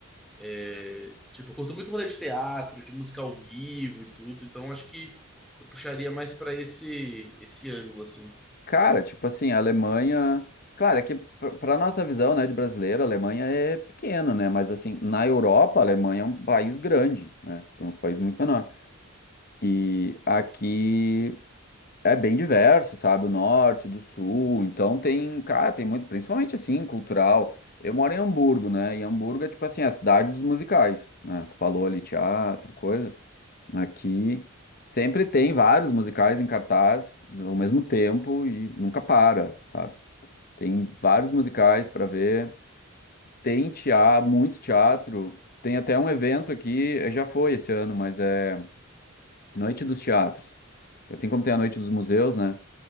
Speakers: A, in the centre; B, on the left.
A: É, tipo, eu curto muito rolê de teatro, de música ao vivo e tudo, então acho que eu puxaria mais pra esse esse ângulo assim.
B: Cara, tipo assim, a Alemanha. Claro, é que pra pra nossa visão, né, de brasileiro, a Alemanha é pequena, né? Mas assim, na Europa, a Alemanha é um país grande, né? Tem uns países muito menores. E aqui é bem diverso, sabe? O norte, do sul. Então tem, cara, tem muito, principalmente assim, cultural. Eu moro em Hamburgo, né? E Hamburgo é tipo assim, a cidade dos musicais, né? Tu falou ali teatro, e coisa. Aqui sempre tem vários musicais em cartaz ao mesmo tempo e nunca para, sabe? Tem vários musicais para ver. Tem teatro, muito teatro. Tem até um evento aqui, eh, já foi esse ano, mas é Noite dos Teatros. Assim como tem a Noite dos Museus, né?